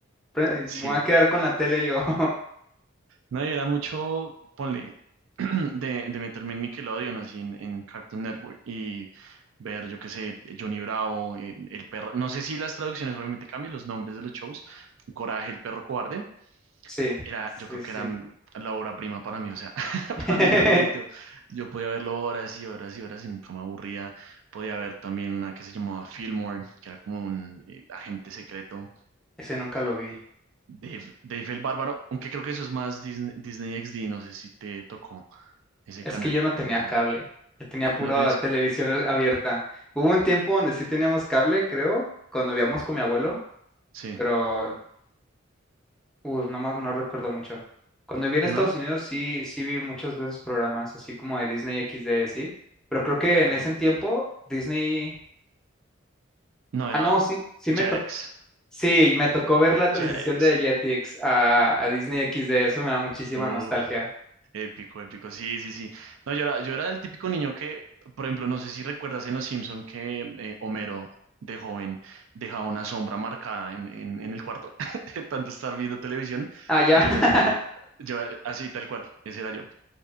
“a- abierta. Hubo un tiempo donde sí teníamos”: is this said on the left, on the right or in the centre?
Centre